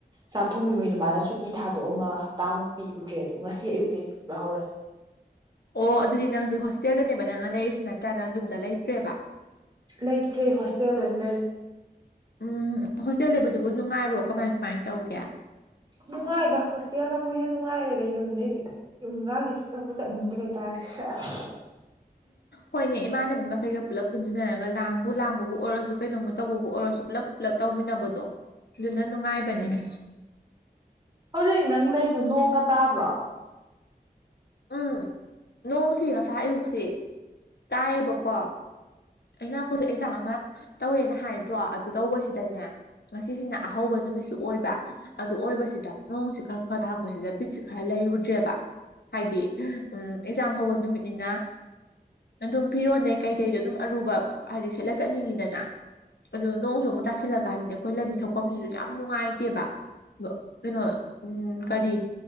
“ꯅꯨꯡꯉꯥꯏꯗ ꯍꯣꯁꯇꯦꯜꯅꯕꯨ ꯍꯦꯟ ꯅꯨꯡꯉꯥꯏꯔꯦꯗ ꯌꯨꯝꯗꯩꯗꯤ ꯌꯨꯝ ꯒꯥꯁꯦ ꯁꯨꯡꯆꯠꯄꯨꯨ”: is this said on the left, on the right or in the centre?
Right